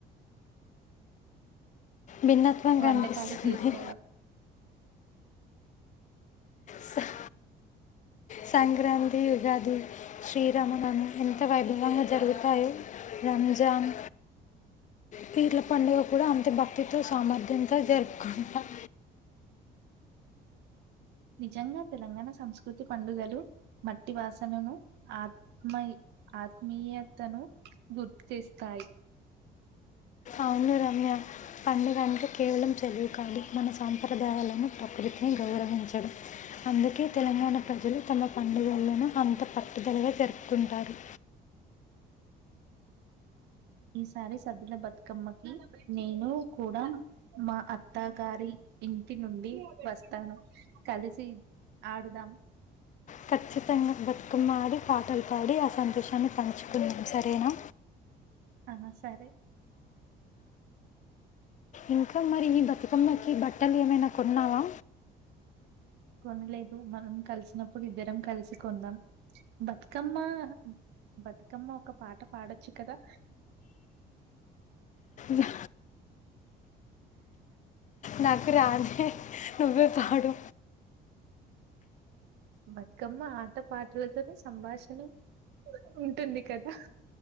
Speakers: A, on the left; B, on the right.
A: భిన్నత్వం గన్పిస్తుంది.
B: వంటకాలు చేసుకోవడం
A: స- సంక్రాంతి యుగాది, శ్రీరామ నవమి, ఎంత వైభవంగా జరుగు తాయో రంజాన్ పీర్ల పండుగ కూడా అంతె భక్తితో సామర్థ్యంతో జర్పుకుంటాం.
B: నిజంగా తెలంగాణ సంస్కృతి పండుగలు మట్టి వాసనను ఆత్మయ్ ఆత్మీయతను గుర్తు చేస్తాయి.
A: ఔను రమ్య పండుగ అంటె కేవలం చదువు కాదు, మన సాంప్రదాయాలను ప్రకృతిని గౌరవించడం, అందుకే తెలంగాణ ప్రజలు తమ పండుగులను అంత పట్టుదలగ జర్పుకుంటారు.
B: ఈసారి సద్దుల బతుకమ్మకీ నేనూ కూడా మా అత్తగారి ఇంటి నుండి వస్తాను, కలిసి ఆడుదాం.
A: ఖచ్చితంగా బతుకమ్మాడీ పాటల్ పాడీ ఆ సంతోశాన్ని పంచుకుందాం సరేనా.
B: ఆ సరే
A: ఇంక మరి ఈ బతుకమ్మకీ బట్టలేమైన కొన్నావా?
B: కొనలేదు మనం కలిసినప్పుడు ఇద్దరం కల్సి కొందాం, బతుకమ్మా బతుకమ్మ ఒక పాట పాడొచ్చు కదా.
A: దా నాకు రాధే నువ్వే పాడు.
B: బతుకమ్మ ఆట పాటలతోనే సంభాషణ. ఉంటుంది కదా.